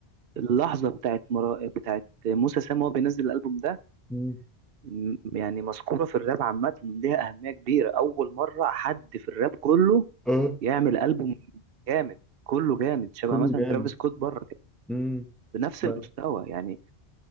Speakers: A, on the right (about 60°); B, in the centre.
A: اللحظه بتاعت مرا... بتاعت موسى سام وهو بينزل الالبوم ده
B: مم.
A: م- يعني مذكوره في الراب عامه ليها اهميه كبيره اول مره حد في الراب كله
B: اه
A: يعمل البوم جامد كله جامد شبه
B: كله
A: مثلا
B: جامد
A: ترافيس سكوت بره كده
B: مم.
A: بنفس
B: ب-
A: المستوى يعني